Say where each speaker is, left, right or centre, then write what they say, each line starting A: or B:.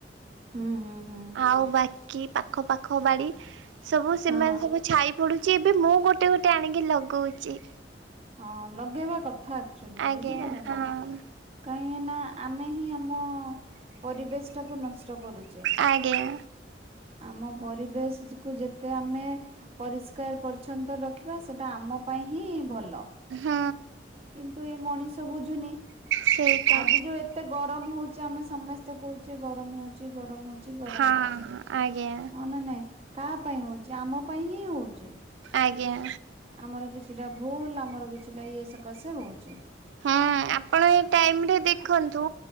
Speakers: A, on the right (about 35°); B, on the right (about 85°).
A: ହୁଁ ହୁଁ ହୁଁ
B: ଆଉ ବାକି ପାଖ ପାାଖ ବାଡ଼ି ସବୁ ସେମାନେ
A: ହଁ।
B: ସବୁ ଛାଇ ପଡ଼ୁଚି ଏବେ ମୁଁ ଗୋଟେ ଗୋଟେ ଆଣିକି ଲଗଉଚି।
A: ହଁ ଲଗେଇବା କଥା ଆକ୍ଚୁଲି
B: ଆଜ୍ଞା
A: ବୁଝିପାରିଲେନା।
B: ହଁ
A: କାହିଁକି ନା ଆମେ ହିଁ ଆମ ପରିବେଶ ଟାକୁ ନଷ୍ଟ କରୁଛେ।
B: ଆଜ୍ଞା।
A: ଆମ ପରିବେଶ କୁ ଯେତେ ଆମେ ପରିଷ୍କାର ପରିଚ୍ଛନ୍ନ ତ ରଖିବା ସେଟା ଆମ ପାଇଁ ହିଁ ଭଲ।
B: ହୁଁ।
A: କିନ୍ତୁ ଏ ମଣିଷ ବୁଝୁନି
B: ସେଇଟା।
A: ଆଜି ଯୋଉ ଏତ୍ ଏତେ ଗରମ ହଉଚି ଆମେ ସମେସ୍ତେ କହୁଚେ ଗରମ ହଉଚ ଗରମ ହଉ ଚି ଗରମ
B: ହଁ
A: ହଉଚି
B: ଆଜ୍ଞା
A: ହଁ ନା ନାଇଁ କାହା ପାଇଁ ହଉଚି ଆମ ପାଇଁ ହିଁ ହଉଚି।
B: ଆଜ୍ଞା।
A: ଆମର କିଛିଟା ଭୁଲ୍ ଆମର କିଛିଟା ଇଏ ସକାଶେ ହଉଚି।
B: ହଁ। ଆପଣ ଏ ଟାଇମ୍ ରେ ଦେଖନ୍ତୁ